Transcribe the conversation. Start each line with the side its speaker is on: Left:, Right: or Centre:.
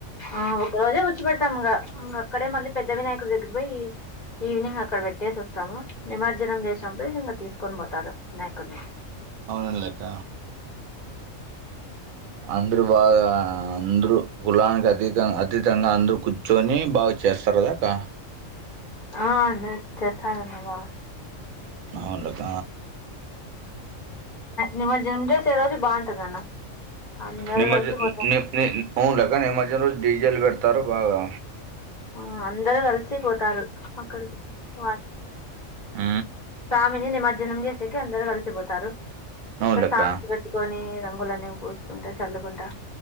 Left: ఆ ఒక రోజే కూర్చి పెడతాం ఇంగ అక్కడే మళ్ళీ పెద్ద వినాయకుడి దగ్గర పోయి ఈవినింగ్ అక్కడ పెట్టేసి వస్తాము నిమర్జనం చేసినప్పుడు ఇంగ తీసుకొని పోతారు వినాయకుడిని
Right: అవునం లెక్క అందరు బాగా అందరూ కులానికి అతీ అతీతంగా అందరు కూర్చొని బాగ చేస్తారుగా కా
Left: ఆ అఅందరు చెస్తాలన్న బా
Right: అవున్లక
Left: నిమజడేసే రోజు బాగుంటుంది అన్న అందరు
Right: నిమజ్జ
Left: కలిసిపోతారు
Right: ని ని ఉంలేక్క నిమజ్జనం రోజు డీజెల్ పెడతారు బాగా
Left: ఆ అందరూ కలిసి పోతారు అక్కడికి వాళ్
Right: ఊ
Left: ఆమెని నిమర్జనం చేసేకి అందరు కలిసిపోతారు
Right: అవునులెక్క
Left: సాంగ్స్ పెట్టు కొని రంగులనేవి పోసుకుంటా చల్లుకుంటా